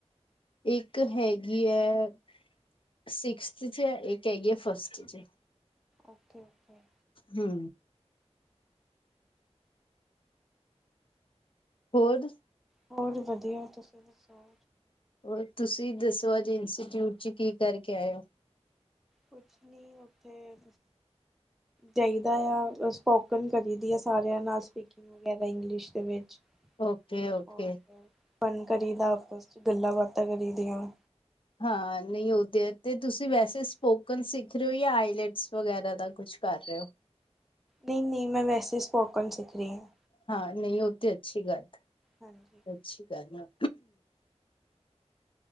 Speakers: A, on the left; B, in the centre.
A: ਏਕ ਹੈਗੀ ਐ- ਸਿਕਸਥ ਚ ਏਕ ਹੈਗੀਏ ਫਸਟ ਚ-
B: ਓਕੇ -ਓਕੇ।
A: ਹੂੰ। ਹੋਰ
B: ਹੋਰ ਵਧੀਆ ਤੁਸੀਂ ਦੱਸੋ।
A: ਹੋਰ ਤੁਸੀਂ ਦੱਸੋ ਅੱਜ ਇੰਸਟੀਚਿਊਟ ਚ ਕੀ ਕਰਕੇ ਆਏ ੳ।
B: ਕੁਛ ਨਹੀਂ ਉੱਥੇ ਜਾਇਦਾ ਯਾ, ਸਪੋਕਨ ਕਰੀ ਦੀ ਆ ਸਾਰਿਆਂ ਨਾਲ, ਸਪੀਕਿੰਗ। ਵਗੈਰਾ ਇੰਗਲਿਸ਼ ਦੇ ਵਿੱਚ।
A: ਓਕੇ ਓਕੇ
B: ਹੋਰ, ਫਨ ਕਰੀਦਾ ਆਪਸ'ਚ ਗੱਲਾਂ-ਬਾਤਾਂ ਕਰੀਦੀਆਂ।
A: ਹਾਂ, ਨਈਂ ਓ ਤੇ ਐ, ਤੇ ਤੁਸੀਂ ਵੈਸੇ
B: ਨਹੀਂ
A: ਪੋਕਨ ਸਿੱਖ ਰਹੇ ਓ, ਯਾ ਆਈਲੈਟਸ ਵਗੈਰਾ ਦਾ ਕੁਛ ਕਰ ਰਹੇ ਓ?
B: ਨਹੀਂ-ਨਹੀਂ, ਮੈਂ ਵੈਸੇ ਸਪੋਕਨ ਸਿੱਖ ਰਹੀ ਆਂ।
A: ਹਾਂ-ਨਹੀਂ, ਓ ਤੇ ਅੱਛੀ ਗੱਲ ਆ,
B: ਹਾਂਜੀ।
A: ਅੱਛੀ ਗੱਲ ਆ।